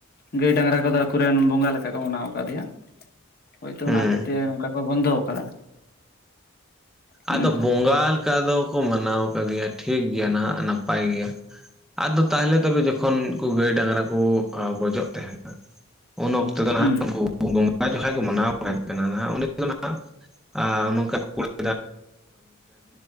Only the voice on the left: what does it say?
ᱜᱟᱹᱭ ᱰᱟᱝᱨᱟ ᱠᱚᱫᱚ ᱟᱠᱚᱨᱮᱱ ᱵᱚᱸᱜᱟ ᱞᱮᱠᱟ ᱠᱚ ᱢᱟᱱᱟᱣ ᱠᱟᱫᱮᱭᱟ, ᱦᱳᱭᱛᱳ
ᱚᱱᱟ ᱦᱚᱛᱮᱡ ᱛᱮ ᱱᱚᱝᱠᱟ ᱠᱚ ᱵᱚᱱᱫᱚ ᱟᱠᱟᱫᱟ᱾ ᱦᱩᱸ
ᱦᱩᱸ